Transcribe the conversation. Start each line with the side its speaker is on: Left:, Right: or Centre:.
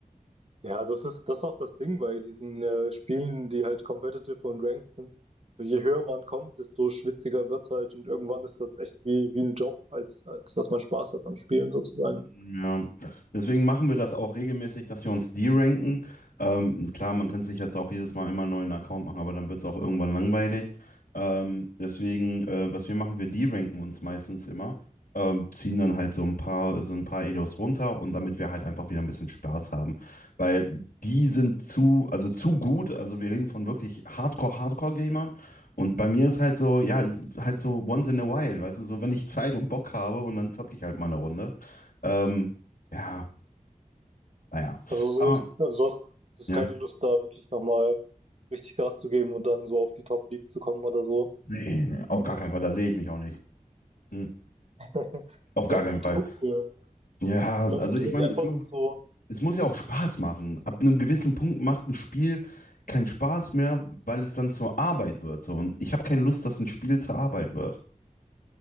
Right: Ja, das ist, das ist auch das Ding bei diesen äh, Spielen, die halt competitive und ranked sind. Je höher man kommt, desto schwitziger wird's halt und irgendwann ist das echt wie, wie ein Job, als, als dass man Spaß hat am Spielen sozusagen.
Left: Ja, deswegen machen wir das auch regelmäßig, dass wir uns deranken. Ähm, klar, man könnte sich jetzt auch jedes Mal immer einen neuen Account machen, aber dann wird es auch irgendwann langweilig. Ähm, deswegen, äh, was wir machen, wir deranken uns meistens immer, ähm, ziehen dann halt so ein paar, so ein paar Edos runter und damit wir halt einfach wieder ein bisschen Spaß haben. Weil die sind zu, also zu gut, also wir reden von wirklich Hardcore, Hardcore-Gamern. Und bei mir ist halt so, ja, halt so once in a while, weißt du, so wenn ich Zeit und Bock habe und dann zocke ich halt mal eine Runde. Ähm, ja, naja.
Right: Also,
Left: Aber
Right: so, also du hast, du hast
Left: ja,
Right: keine Lust, da wirklich nochmal richtig Gas zu geben und dann so auf die Top League zu kommen oder so.
Left: nee, nee, auf gar keinen Fall, da sehe ich mich auch nicht. Hm.
Right: <laughs>
Left: Auf
Right: Ich
Left: gar
Right: glaube,
Left: keinen
Right: mit
Left: Fall.
Right: genug, äh, ich
Left: Ja, also
Right: glaube, mit genug
Left: ich meine,
Right: Effort
Left: es, mu-
Right: und so,
Left: es muss ja auch Spaß machen. Ab einem gewissen Punkt macht ein Spiel keinen Spaß mehr, weil es dann zur Arbeit wird. So. Und ich habe keine Lust, dass ein Spiel zur Arbeit wird.